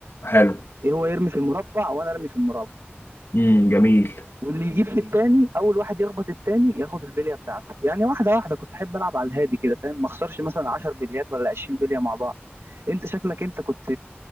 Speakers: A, on the left (about 65°); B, on the right (about 85°).
A: حلو
B: ايه هو يرمي في المربع وانا ارمي في المربع
A: امم جميل
B: واللي يجيب في التاني اول واحد يخبط التاني ياخد البليه بتاعته يعني واحده واحده كنت احب العب على الهادي كده فاهم ما اخسرش مثلا 10 بليات ولا 20 بليه مع بعض انت شكلك انت كنت